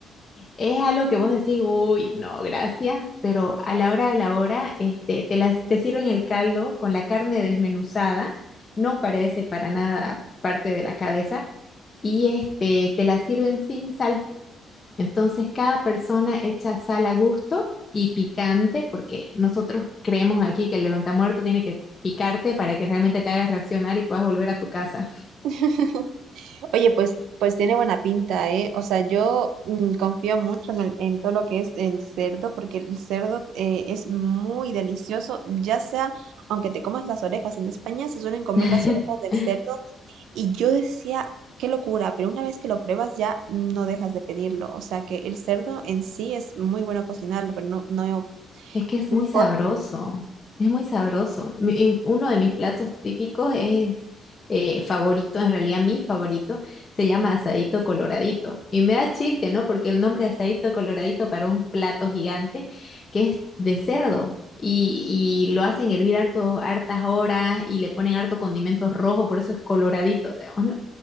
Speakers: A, on the left; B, on the right.
A: es algo que vos decís, uy, no, gracias, pero a la hora de la hora, este, te las, te sirven el caldo con la carne desmenuzada, no parece para nada parte de la cabeza, y este, te la sirven sin sal. Entonces, cada persona echa sal a gusto y picante, porque nosotros creemos aquí que el levantamuerto tiene que picarte para que realmente te hagas reaccionar y puedas volver a tu casa.
B: <laughs> Oye, pues, pues tiene buena pinta, ¿eh? O sea, yo mm, confío mucho en, el- en todo lo que es el cerdo, porque el cerdo eh, es muy delicioso, ya sea, aunque te comas las orejas, en España se suelen comer
A: <laughs>
B: las orejas del cerdo, y yo decía, qué locura, pero una vez que lo pruebas ya no dejas de pedirlo, o sea que el cerdo en sí es muy bueno cocinarlo, pero no, no,
A: Es que es
B: no
A: muy
B: importa
A: sabroso, es muy sabroso. Mi- y uno de mis platos típicos es eh, favorito, en realidad mi favorito, se llama asadito coloradito. Y me da chiste, ¿no? Porque el nombre asadito coloradito para un plato gigante que es de cerdo. Y, y lo hacen hervir harto, hartas horas y le ponen harto condimento rojo, por eso es coloradito, digamos, ¿no?